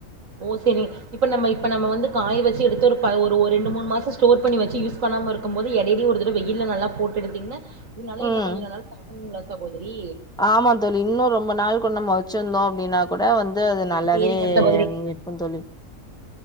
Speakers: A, on the right (about 80°); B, in the centre.
A: ஓ சேரே இப்ப நம்ம இப்ப நம்ம வந்து காய வச்சு எடுத்து ஒரு ப ஒரு ஒரு ரெண்டு மூண் மாசோ ஸ்டோர் பண்ணி வச்சு யூஸ் பண்ணாம இரு க்கும் போது எடையிலயு ஒரு தடவ வெயில்ல நல்லா போட்டு எடுத்தீங்கன்னா இது நல்லா
B: ம்
A: இன்னு கொஞ்சோ நல்லாயிருக்கு தாங்குங்ளா சகோதரி
B: ஆமா தோழி இன்னு ரொம்ப நாள்கு நம்ம வச்சிருந்தோ அப்டின்னா கூட வந்து அது நல்லாவே
A: சேரிங்க சகோதரி
B: இருக்கு தோழி